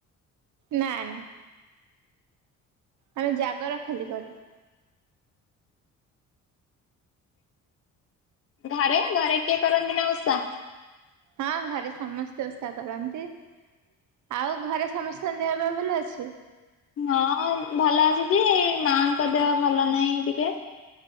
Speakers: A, on the right (about 70°); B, on the left (about 45°).
A: ନା ନା ଆମେ ଜାଗର ଖାଲି କରୁ।
B: ଘରେ ଘରେ କିଏ କରନ୍ତି ନା ଓଷା?
A: ହଁ ଘରେ ସମସ୍ତେ ଓଷା କରନ୍ତି। ଆଉ ଘରେ ସମସ୍ତଙ୍କ ଦେହବା ଭଲ ଅଛି।
B: ହଁ ଭଲ ଆସିଚି ମାଙ୍କ ଦେହ ଭଲ ନାହିଁ ଟିକେ।